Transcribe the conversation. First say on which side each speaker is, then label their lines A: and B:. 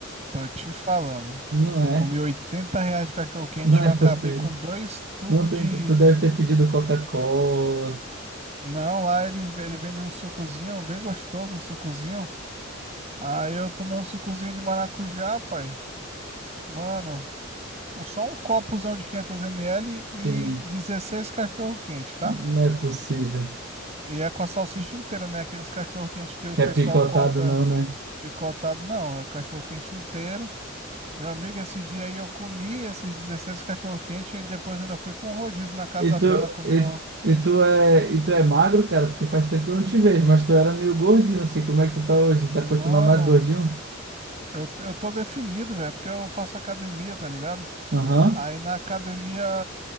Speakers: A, on the right; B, on the right.
A: Tô te falando.
B: não
A: Eu
B: é.
A: comi 80 reais de cachorro-quente
B: <laughs> Não
A: e
B: é
A: eu acabei
B: possível.
A: com dois tubos
B: Não tem,
A: de...
B: tu deve ter pedido Coca-Cola.
A: Não, lá eles, ele vende um sucozinho bem gostoso, um sucozinho. Aí eu tomei um sucozinho de maracujá, pai. Mano, um, só um copozão de 500ml
B: Sim,
A: e 16 cachorro-quente, tá?
B: não é possível.
A: E é com a salsicha inteira, né? Aqueles cachorro-quente que o
B: Quer
A: pessoal
B: picotado,
A: corta
B: não, né?
A: picotado, não. É cachorro-quente inteiro. Meu amigo, esse dia aí eu comi esses 16 cachorro-quente e depois ainda fui pra um rodízio na Casa
B: E tu,
A: Bela comer
B: e,
A: um.
B: e tu é, e tu é magro, cara, porque faz tempo que eu não te vejo, mas tu era meio gordinho assim. Como é que tu tá hoje? Tá continuando
A: Mano,
B: mais gordinho?
A: eu, eu tô definido, velho, porque eu faço academia, tá ligado?
B: Aham.
A: Aí na academia